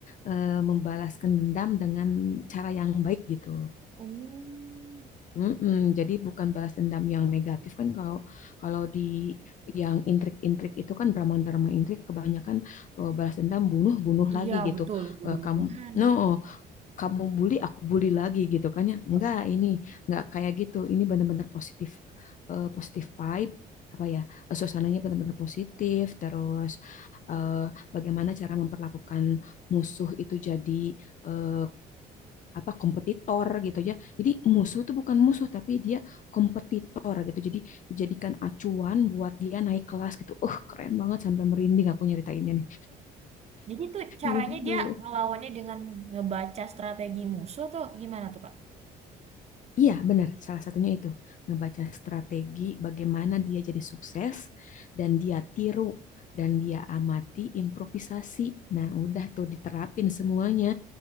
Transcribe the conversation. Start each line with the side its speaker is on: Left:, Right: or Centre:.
Left: eh, membalaskan dendam dengan cara yang baik gitu.
Right: Oh,
Left: Mm-mm, jadi bukan balas dendam yang negatif kan kalau kalau di yang intrik-intrik itu kan drama-drama intrik kebanyakan eh, balas dendam bunuh bunuh
Right: iya
Left: lagi gitu.
Right: betul. Bunuh-bunuhan.
Left: Eh, kamu no kamu bully aku bully lagi gitu kan ya enggak
Right: Ya.
Left: ini enggak kayak gitu ini benar-benar positif eh, positif vibe apa ya eh, suasananya benar-benar positif terus eh, bagaimana cara memperlakukan musuh itu jadi eh, apa kompetitor gitu ya jadi musuh itu bukan musuh tapi dia kompetitor gitu jadi dijadikan acuan buat dia naik kelas gitu uh keren banget sampai merinding aku nyeritainnya nih
Right: Jadi tuh caranya
Left: gitu
Right: dia ngelawannya dengan ngebaca strategi musuh atau gimana tuh Kak?
Left: Iya, benar. Salah satunya itu ngebaca strategi bagaimana dia jadi sukses dan dia tiru dan dia amati improvisasi. Nah, udah tuh diterapin semuanya